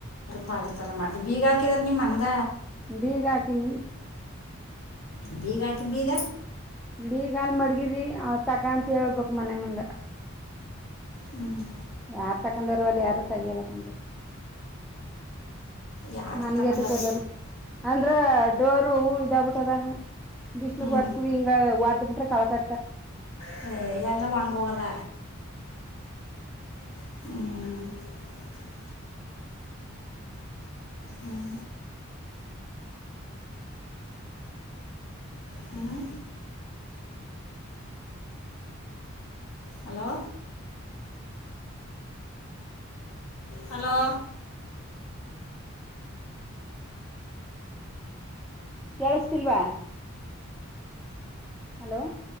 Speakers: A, on the left (about 80°); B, in the centre.
A: ಪಳ್ಳೆ ತರ ಮಾಡ್ಿ ಬೀಗ ಹಾಕಿದಾರ ನಿಮ್ ಮನ್ಗ
B: ಬೀಗಹಾಕಿನೀ
A: ಬೀಗ ಹಾಕಿ ಬೀಗ
B: ಬೀಗ ಅಲ್ ಮಡಗಿದ್ರಿ ತಕ ಅಂತ ಹೇಳ್ಬೇಕಕ್ ಮನೆ ಮುಂದೆ
A: ಹ್ಮ್
B: ಯಾರ್ು ತಕೊಂಡಾರ ಅಲ್ಲಿ ಯಾರು ತಗಿಯಲ್ಲ ಕ
A: ಯಾತಕ್ಕೆ
B: ಮನ್ಗೆತಕ್ಕೆ
A: ತಗೊಂಡರು
B: ಹೋದರು ಅಂದ್ರ ಎಡವರು ಇದಾಗ್ಬಿಟ್ಟ ಅದ ಬಿಷ್ಣು
A: ಹ್ಞೂ
B: ಗತ್ಕೂ ಹಿಂಗಗೆ ವದ್ಬಿಟ್ಟ ಕಲಕತ್ತ
A: ಹಏ ಎ ಎಲ್ಲ ಮಣ್ಣಪೂೋಗಲ್ಲ ಹ್ಮ್ ಹ್ಮ್ ಹ್ಮ ಹಲೋ ಹಲೋ
B: ಕೇಳಿಸತಿಲ್ವಾ ಹಲೋ